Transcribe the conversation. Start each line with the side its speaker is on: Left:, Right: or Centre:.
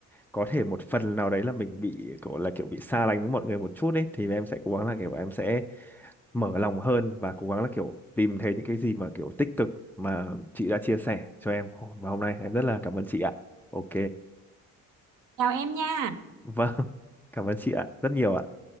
Centre: có thể một phần nào đấy là mình bị kiểu là kiểu bị xa lánh với mọi người một chút ấy thì em sẽ cố gắng là kiểu em sẽ mở lòng hơn và cố gắng là kiểu tìm thấy những cái gì mà kiểu tích cực mà chị đã chia sẻ cho em và hôm nay em rất là cảm ơn chị ạ ok
Right: chào em nha
Centre: Vâng, <laughs> cảm ơn chị ạ, rất nhiều ạ.